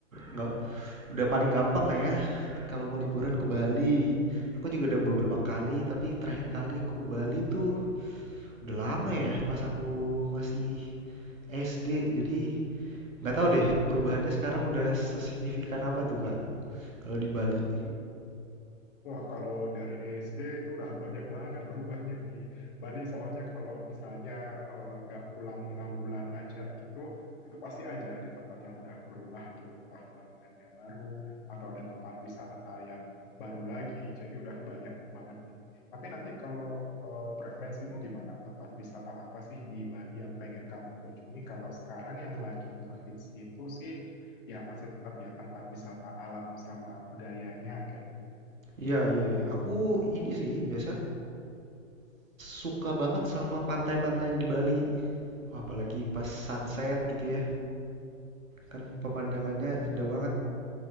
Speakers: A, on the right; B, on the left.
A: nggak udah paling gampang lah ya. Kalau mau liburan ke Bali, aku juga udah beberapa kali. Tapi terakhir kali aku ke Bali tuh udah lama ya, pas aku masih SD. Jadi Nggak tahu deh, perubahannya sekarang udah sesignifikan apa tuh, Kak? Kalau di Bali.
B: Hmm. Wah, kalau dari SD itu udah banyak banget berubahnya di Bali. Soalnya kalau misalnya eh, nggak pulang enam bulan aja gitu, itu pasti aja ada tempat yang udah berubah gitu, entah bangunannya baru atau ada tempat wisata yang baru lagi. Jadi udah banyak banget ini. Tapi nanti kalau eh, preferensimu gimana? Tempat wisata apa sih di Bali yang pengen kamu kunjungi? Kalau sekarang yang lagi ngehits itu sih ya masih tetap ya tempat wisata alam sama budayanya kayak
A: Iya, iya, iya. Aku ini sih biasa suka banget sama pantai-pantainya di Bali. Wah, apalagi pas sunset gitu ya. Kan pemandangannya indah banget.